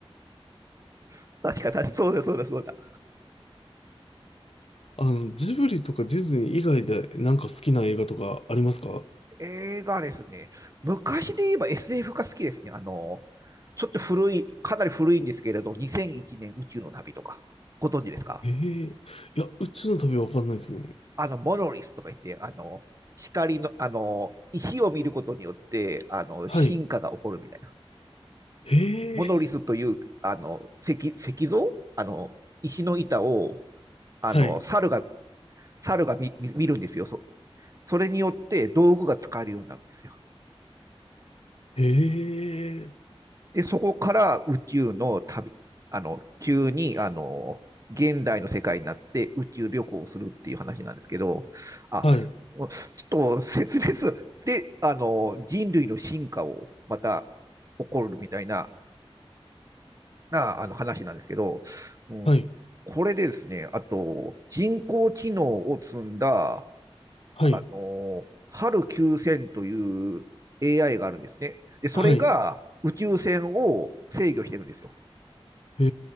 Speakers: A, on the right (about 35°); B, on the left (about 80°).
A: <laughs> 確か、にそうだ、そうだ、そうだ。
B: あの、ジブリとかディズニー以外でなんか好きな映画とかありますか
A: 映画ですね。昔で言えば SF が好きですね。あの、ちょっと古い、かなり古いんですけれど、2001年宇宙の旅とか、ご存知ですか
B: へえ、いや、宇宙の旅はわかんないですね。
A: あの、モノリスとか言って、あの、光の、あの、石を見ることによって、あの、
B: はい。
A: 進化が起こるみたいな。
B: へえ、
A: モノリスという、あの、石、石像あの、石の板を、あの、
B: はい。
A: 猿が、猿が見、見見るんですよ。そ、それによって道具が使えるようになるんですよ。
B: へえ、
A: で、そこから宇宙の旅、あの、急に、あの、現代の世界になって宇宙旅行をするっていう話なんですけど、あ、
B: はい。
A: ちょっと説明する。で、あの、人類の進化をまた起こるみたいな、な、あの話なんですけど、うん、
B: はい。
A: これでですね、あと、人工知能を積んだ、
B: はい。
A: あの、ハル9000という AI があるんですね。で、それが宇宙船を制御してるんですよ。
B: はい。へ